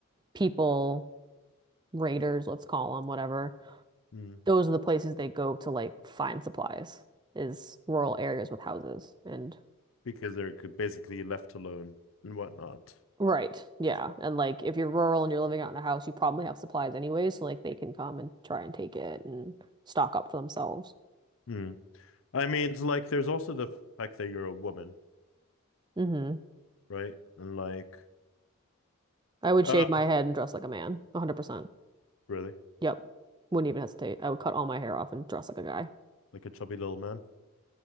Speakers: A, on the right; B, on the left.
A: people, raiders, let's call them, whatever,
B: Mm.
A: those are the places they go to like find supplies, is rural areas with houses. And
B: Because they're g- basically left alone and whatnot.
A: right, yeah. And like if you're rural and you're living out in a house, you probably have supplies anyway, so like they can come and try and take it and stock up for themselves.
B: Mm. I mean, it's like there's also the fact that you're a woman,
A: hmm
B: right? And like,
A: I would
B: uh,
A: shave my head and dress like a man, 100%.
B: really,
A: Yep. Wouldn't even hesitate. I would cut all my hair off and dress like a guy.
B: like a chubby little man.